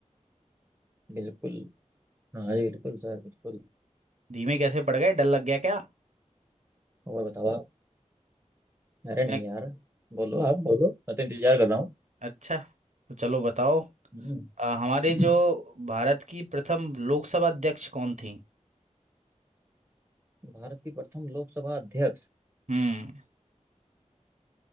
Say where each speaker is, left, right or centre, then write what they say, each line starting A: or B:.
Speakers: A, on the right; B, on the right.
A: बिल्कुल हाँ जी बिल्कुल सर बिल्कुल
B: धीमे कैसे पड़ गए डर लग गया क्या
A: और बताओ आप अरे नहीं
B: मैं
A: यार बोलो आप बोलो मैं तो इंतजार कर रहा हूँ
B: अच्छा तो चलो बताओ
A: हम्म।
B: अ, हमारे
A: <clears throat>
B: जो भारत की प्रथम लोकसभा अध्यक्ष कौन थी
A: भारत की प्रथम लोकसभा अध्यक्ष
B: हम्म